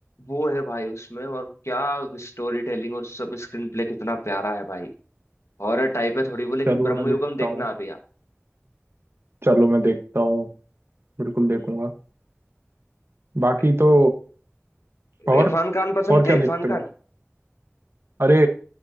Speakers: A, on the left; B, on the right.
A: वो है भाई उसमें और क्या स्टोरी टेलिंग और सब स्क्रीन प्ले कितना प्यारा है भाई हॉरर टाइप है थोड़ी वो लेकिन
B: चलो
A: ब्रह्म
B: मैं
A: युगम
B: देखता
A: देखना
B: हूँ
A: अभी आप
B: चलो मैं देखता हूँ बिल्कुल देखूंगा
A: हम्म
B: बाकी
A: भाई
B: तो और
A: इरफान खान पसंद
B: और क्या
A: थे
B: देखते
A: इरफान
B: हो
A: खान
B: अरे